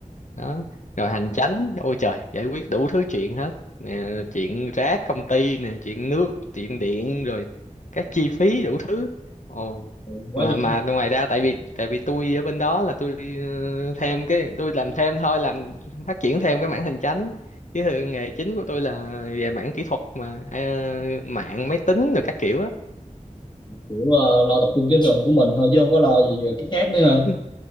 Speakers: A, on the left; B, on the left.
A: đó rồi hành chánh ôi trời giải quyết đủ thứ chuyện hết nè, chuyện rác công ty nè chuyện nước chuyện điện rồi các chi phí đủ thứ ồ
B: Ừ. Quá
A: mà
B: trời
A: mà ngoài ra tại vì tại vì tôi ở bên đó là tôi ờ, thêm cái tôi làm thêm thôi làm phát triển thêm cái mảng hành chánh chứ thường nghề chính của tôi là về mảng kỹ thuật mà ờ, mạng máy tính rồi các kiểu á
B: kiểu ờ, lo tập trung cái phần của mình thôi chứ không có lo gì cái khác nữa ha
A: <laughs> ừ,